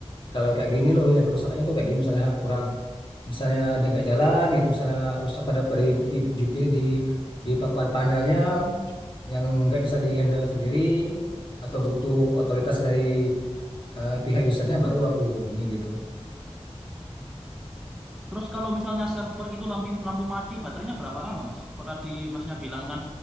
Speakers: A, on the left; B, in the centre.
A: kalau kayak gini loh yang kerusakannya tuh kayak gini misalnya kurang misalnya dengkak jalan itu misalnya rusak ada apa di di, di, di di papan panelnya yang nggak bisa dihandle sendiri atau butuh otoritas dari eh, pihak usernya baru aku hubungin gitu.
B: Terus kalau misalnya server gitu lampu lampu mati, baterainya berapa lama, Mas? Kok tadi Masnya bilang kan